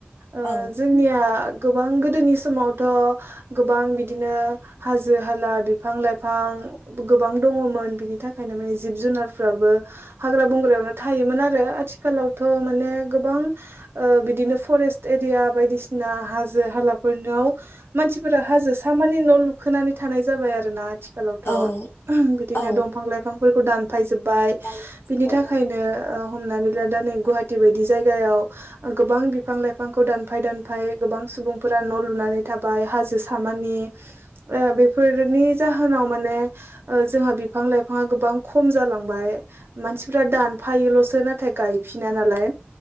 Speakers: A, on the right; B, on the left.
A: ओ
B: औ
A: जोंनिया गोबां गोदोनि समावथ गोबां बिदिनो हाजो हाला बिफां लाइफां गोबां दङमोन बिनि थाखायनो माने जिब जुनारफ्राबो हाग्रा बंग्रायावनो थायोमोन आरो आथिखालावथ माने गोबां बिदिनो फरेस्ट एरिया बायदिसिना हाजो हालाफोरनाव मानसिफोरा हाजो सामानि न लुखोनानै थानाय जाबाय आरो ना आथिख आथिखालावथ
B: औ
A: बिदिनो
B: औ
A: दंफां लाइफां फोरखौ दानफाय जोब बाय
B: औ
A: बिनि थाखायनो ओ हमनानै ला दा नै गुवाहाटि बायदि स जायगायाव गोबां बिफां लाइफांखौ दानफाय दानफाय गोबां सुबुंफोरा न' लुनानै थाबाय हाजो सामानि ओ बेफोरनि जाहोनाव माने ओ जोंहा बिफां लाइफाङा गोबां खम जालांबाय। मानसिफ्रा दानफायोल'सो ना नाथाय गायफिना नालाय